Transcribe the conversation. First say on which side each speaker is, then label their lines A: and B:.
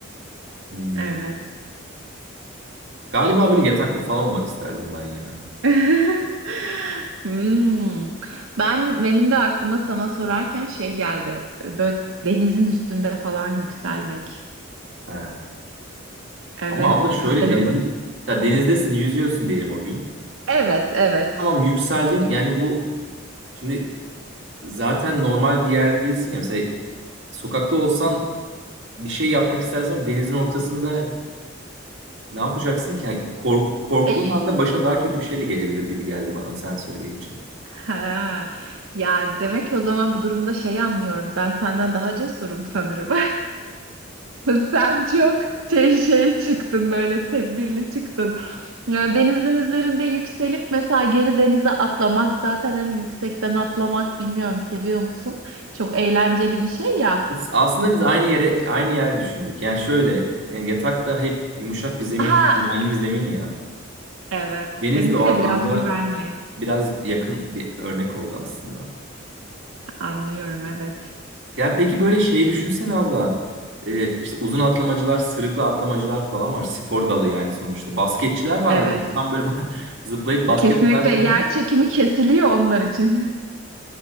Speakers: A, on the right; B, on the right.
A: Hmm,
B: evet.
A: Galiba böyle yatakta falan olmak isterdim ben ya.
B: <laughs> Hmm. Ben benim de aklıma sana sorarken şey geldi. Böyle denizin üstünde falan yükselmek.
A: He.
B: Evet,
A: Ama abla şöyle
B: Güzel
A: denizin,
B: olur.
A: ya denizdesin yüzüyorsun diyelim o gün.
B: Evet, evet.
A: Tamam yükseldin yani bu şimdi zaten normal bir yerde değilsin ya. Mesela sokakta olsan bir şey yapmak istersen ama denizin ortasında Ne yapacaksın ki? Yani Kork, korktuğun
B: E, y-
A: anda başına daha kötü bir şey de gelebilir gibi geldi bana sen söyleyince.
B: ha. Yani demek ki o zaman bu durumda şeyi anlıyorum. Ben senden daha cesurum sanırım. <laughs> Sen çok şey, şey çıktın böyle tedbirli çıktın. Yani denizin üzerinde yükselip mesela geri denize atlamak zaten hani yüksekten atlamak bilmiyorum seviyor musun? Çok eğlenceli bir şey ya.
A: As- Aslında biz aynı yere aynı yer düşündük. Yani şöyle yani yatak da hep yumuşak bir zemin,
B: Ha
A: güvenli bir zemin ya.
B: evet.
A: Deniz
B: Benimki
A: de o anlamda
B: de biraz güvenli.
A: biraz yakın bir örnek oldu aslında.
B: Anlıyorum evet.
A: Yani peki böyle şeyi düşünsene abla. Ee, işte uzun atlamacılar, sırıkla atlamacılar falan var. Spor dalı yani sonuçta. Basketçiler var
B: Evet.
A: mesela. Tam böyle <laughs> zıplayıp basket
B: Kesinlikle
A: atarken
B: yer çekimi kesiliyor onlar için.